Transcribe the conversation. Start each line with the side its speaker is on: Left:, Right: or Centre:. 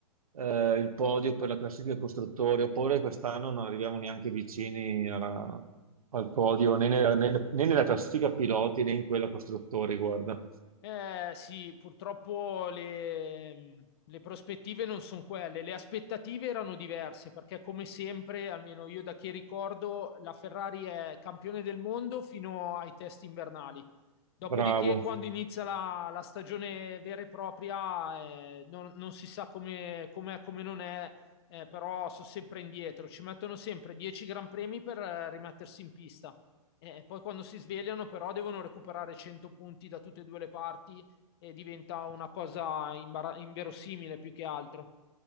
Right: eh, il podio per la classifica dei costruttori, ho paura che quest'anno non arriviamo neanche vicini alla- al podio, né nella, né- né nella classifica piloti né in quella costruttori, guarda.
Left: Eh, sì, purtroppo le, le prospettive non sono quelle, le aspettative erano diverse perché come sempre, almeno io da che ricordo, la Ferrari è campione del mondo fino ai test invernali. Dopodiché,
Right: Bravo.
Left: quando inizia la, la stagione vera e propria, eh, non, non si sa come com'è, come non è, eh, però sono sempre indietro. Ci mettono sempre 10 Gran Premi per eh, rimettersi in pista. Eh, poi quando si svegliano però devono recuperare 100 punti da tutte e due le parti e diventa una cosa imbara- inverosimile più che altro.